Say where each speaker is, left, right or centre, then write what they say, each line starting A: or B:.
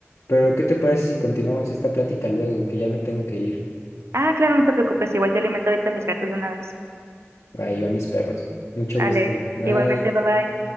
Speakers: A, on the left; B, on the right.
A: Pero, ¿qué te parece si continuamos esta plática luego, que ya me tengo que ir?
B: Ah, claro, no te preocupes, igual yo alimento ahorita a mis gatos de una vez.
A: Bye, yo a mis perros. Mucho
B: Ale,
A: gusto. Bye.
B: igualmente, bye bye.